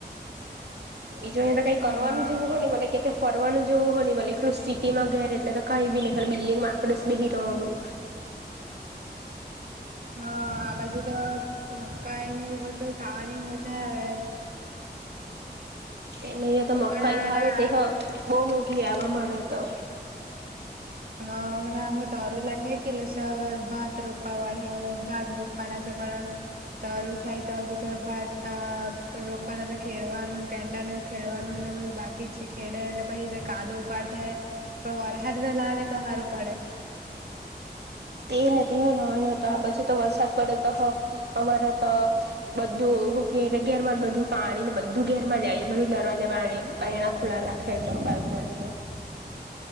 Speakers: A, on the right (about 70°); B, on the right (about 55°).
A: બી જો અ કઈ કરવાનું
B: હા
A: જ જોવું હોય ને મ કે ફરવાનું જોવું હો ને મલે એટું સિટીમાં ઘેરે એટલે તો કઈ બી નહી. બિલ્ડીિંગ માકડ બહી રહનું.
B: હા આ બાજુ તો મક્કાાયનેર તો ખાવાની મજા આવે એમ.
A: એ ન અહયા તો મકા
B: પણ હારા
A: આવે ત બહ મોઘી આવેમારે તો.
B: હ હમણાં હ તરોલા ખાઈ ગય લ ભાત રોપવા વાળ્યા ભાત રોપવાના <unintelligible> તરું થાય તો હજુ તો ભાત રોપવાનાતા ખેડવાનું કેંડાનેવું ખેડવાનું બધા બાકી જ છે ખેડેને પછી કાદો ઉપાડે પણ વરહાદ વેલા આવે તો હારું પડે.
A: તેઉ ને તેવું હોય હતું આ પછી તો વરસાદ પડે તો અમારે તો બધું- બહુ ઘેર ઘેર માં બધું પાણી ને બધું ઘેર માં જાય બધું દરવાજા બાણી બારના ખુલા રાખે તો બાલ્કણી ના.